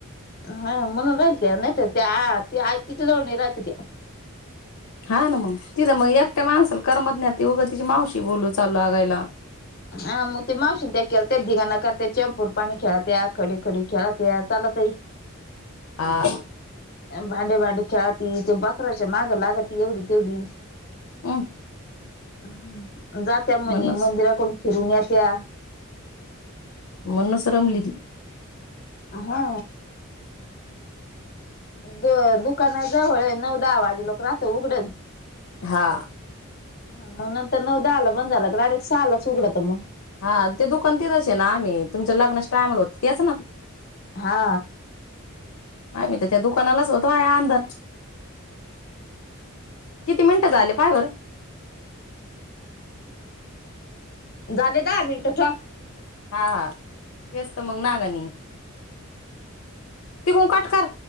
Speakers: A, on the left; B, on the left.
A: हा-हा हा म्हणून राईलत्या नाय तर त्या आ त्या आय तिचे जवळ नई राहती त्या
B: हा ना मंग तिथं मग एकट्या माणसाला करमत नाय ती उग तिची मावशी बोलू चालू लागायला
A: हा म ते मावशीन त्या केलत्या धिंगाणा करत्यात चेंपूर पाणी खेळत्यात खडी-खडी खेळत्यात चालतई
B: हा.
A: भांडे भांडे खेळाती त्या बकराच्या मागं लागती एवढी तेवढी
B: हम
A: हम् जात्या म्हणे
B: म्हणूनच
A: मंदिराकडून फिरून येत्या
B: मनुनच रमली ती
A: हा द दुकाना जवळए नऊ दहा वाजे लोक राहतय उघडन
B: हा
A: हा मंग नंतर नव दहाला बंद झालं का डायरेक सालाच उघडत मंग
B: हा ते दुकान तेच असे ना आम्ही तुमच्या लग्नास टायमला होत तेच ना.
A: हा.
B: आ मी तर त्या दुकानालाच होतो आहे आंदन किती मिनट झाले काय बर?
A: अ झाले दहा मिनटं त
B: हा हा हेचत मग ना गणी तिघू काट कर